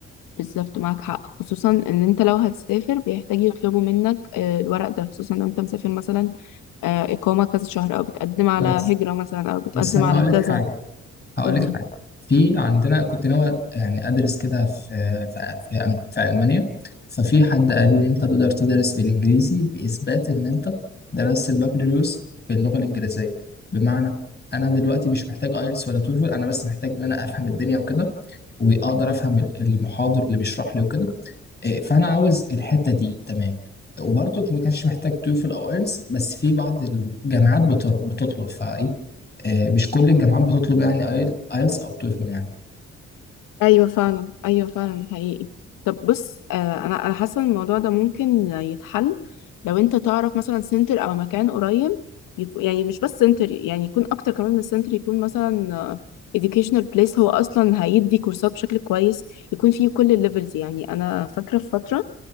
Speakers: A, on the left; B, on the left.
A: بالظبط معاك حق خصوصا ان انت لو هتسافر بيحتاج يطلبوا منك آه، الورق ده خصوصا لو انت مسافر مثلا آه، إقامة كذا شهر او بتقدم على
B: بس
A: هجرة مثلا او بتقدم
B: بس انا
A: على
B: هقول لك
A: كذا
B: حاجه هقول
A: قولي
B: لك حاجه في عندنا كنت ناوي يعني ادرس كده في في في, أم- في المانيا ففي حد قال لي انت تقدر تدرس بالانجليزي باثبات ان انت درست البكالوريوس باللغه الانجليزيه بمعنى انا دلوقتي مش محتاج ايلتس ولا توفل انا بس محتاج ان انا افهم الدنيا وكده واقدر افهم ال- المحاضر اللي بيشرح لي وكده إيه، فانا عاوز الحته دي تمام وبرضه ما كانش محتاج توفل او ايلتس بس في بعض الجامعات بتر- بتطلب فايه إيه، مش كل الجامعات بتطلب يعني ايلتس او توفل يعني
A: ايوه فعلا ايوه فعلا ده حقيقي طب بص آه، انا انا حاسة ان الموضوع ده ممكن يتحل لو انت تعرف مثلا سنتر او مكان قريب يكون يعني مش بس سنتر يعني يكون اكتر كمان من سنتر يكون مثلا آه، educational place هو اصلا هيدي كورسات بشكل كويس يكون فيه كل الليفلز يعني انا فاكرة في فترة